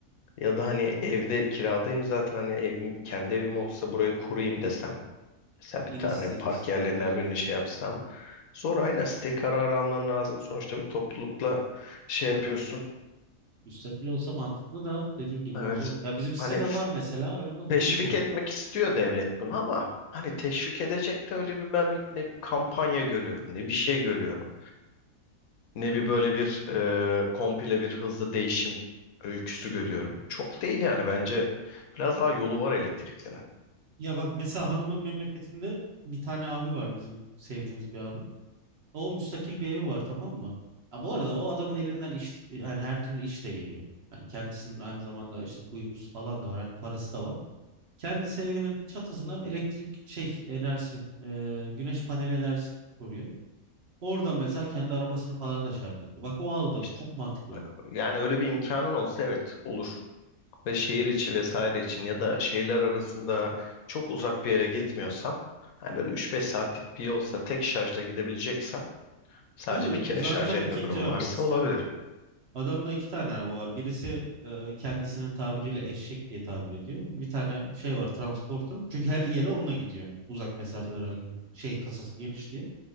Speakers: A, on the left; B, on the right.
A: Ya da hani evde kiradayım zaten hani evim kendi evim olsa buraya kurayım desem. Mesela bir
B: Yine
A: tane
B: sitedesin
A: park
B: abi
A: yerlerinden
B: o da zor.
A: birini şey yapsam. Sonra aynen site kararı alman lazım. Sonuçta bir toplulukla şey yapıyorsun.
B: Müstakil olsa mantıklı da dediğin gibi
A: Evet.
B: o zor. Ya bizim sitede
A: Hani f-
B: var mesela önünde
A: teşvik
B: kuyruk oluyor.
A: etmek istiyor devlet bunu ama hani teşvik edecek de öyle bir ben bir ne bir kampanya görüyorum ne bir şey görüyorum. ne bir böyle bir e, komple bir hızlı değişim öyküsü görüyorum. Çok değil yani bence biraz daha yolu var elektriklinin.
B: Ya bak mesela hanımın memleketinde bir tane abi var bizim sevdiğimiz bir abi. O müstakil bir evi var tamam mı? Ha, bu arada o adamın elinden iş yani her türlü iş de geliyor. Yani kendisinin aynı zamanda işte kuyumcusu falan da var. Hani parası da var. Kendisi evinin çatısına elektrik şey enerjisi e, güneş paneli enerjisi kuruyor. Oradan mesela kendi arabasını falan da şarj ediyor. Bak o aldı.
A: İşte
B: Çok mantıklı.
A: Yani öyle bir imkanın olsa evet olur. ve şehir içi vesaire için ya da şehirler arasında çok uzak bir yere gitmiyorsam hani böyle 3-5 saatlik bir yolsa tek şarjla gidebileceksem sadece
B: Yok
A: bir kere
B: zaten
A: şarj etme
B: ikinci
A: durumu
B: arabası
A: varsa olabilir.
B: canım. Adamda iki tane araba var. Birisi e, kendisinin tabiriyle eşek diye tabir ediyor. Bir tane şey var transporter. Çünkü her yere onunla gidiyor. Uzak mesafelere
A: Hı hı.
B: şey kasası geniş diye.